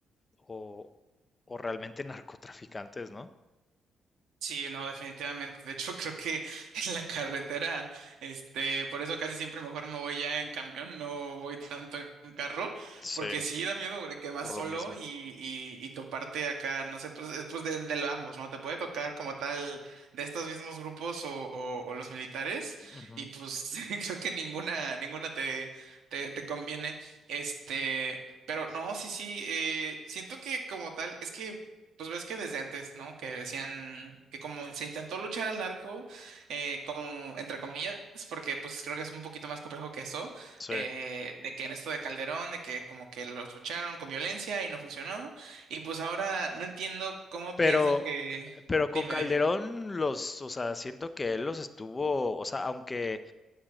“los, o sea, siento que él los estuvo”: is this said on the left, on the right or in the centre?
Left